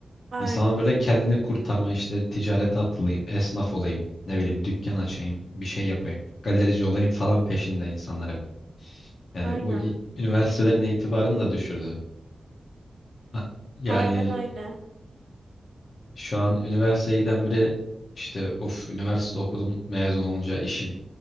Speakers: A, on the right; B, on the left.
A: aynen,
B: İnsanlar böyle kendini kurtarma işte ticarete atılayım, esnaf olayım, ne bileyim dükkan açayım, bir şey yapayım, galerici olayım falan peşinde insanlar hep. Yani
A: aynen,
B: bu i- üniversitelerin itibarını da düşürdü. Ha, Yani
A: aynen öyle.
B: Şu an üniversiteye giden biri işte of üniversite okudum mezun olunca işim